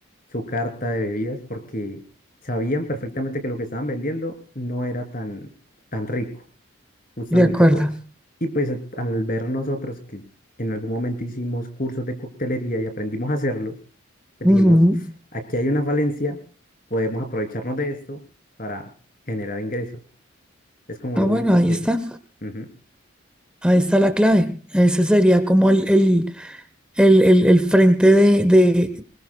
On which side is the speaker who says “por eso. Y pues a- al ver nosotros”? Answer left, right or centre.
Left